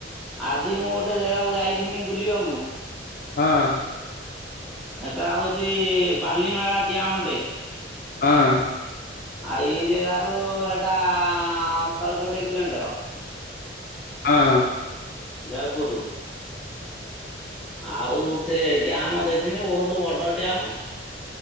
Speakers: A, in the centre; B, on the left (about 45°).
A: ଆଜି ମୁଁ ଗୋଟେ ଜାଗାକୁ ଯାଇଥିନି ବୁଲିବାକୁ।
B: ହଁ।
A: ଏଟା ହଉଛି ବାଲିମେଳା ଡି୍ୟାାମଟେ
B: ହଁ।
A: ଆଉ ଏଇ ଜାଗାରୁୁ ଏଟା ଶହେ କୋଡିଏ କିଲୋମିଟର
B: ହଁ।
A: ଯାୟ ପୁରୁ ଆଉ ସେ ଡ଼୍ୟାମ ଦେଖିନି ବହୁତ ବଡ ଡ୍ୟାମ।